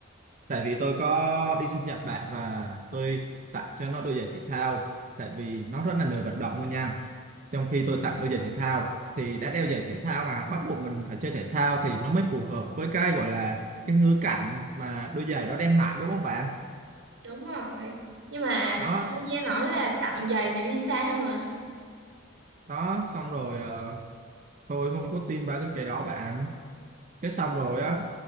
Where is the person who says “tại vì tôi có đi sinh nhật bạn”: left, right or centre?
Right